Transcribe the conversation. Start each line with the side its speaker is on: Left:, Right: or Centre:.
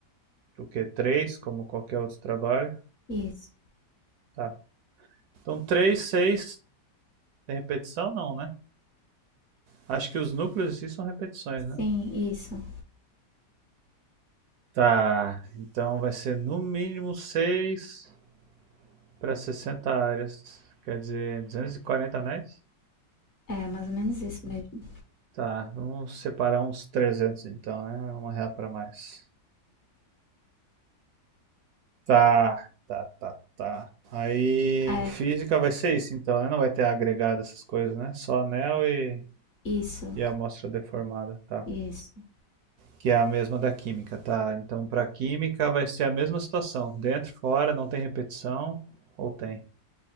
Right: o quê? Três, como qualquer outro trabalho.
Left: isso.
Right: Tá. Então três, seis, tem repetição não, né? Acho que os núcleos em si são repetições, né?
Left: Sim, isso.
Right: Tá. Então vai ser no mínimo seis para 60 áreas. Quer dizer, 240 anéis?
Left: É mais ou menos isso mesmo.
Right: Tá. Vamos separar uns 300 então, né? Uma real para mais. Tá, tá, tá, tá. Aí,
Left: É, é
Right: física vai ser isso então, né? Não vai ter agregado essas coisas, né? Só anel e,
Left: isso,
Right: e amostra deformada, tá?
Left: isso.
Right: Que é a mesma da química, tá? Então, pra química vai ser a mesma situação. Dentro, fora, não tem repetição, ou tem?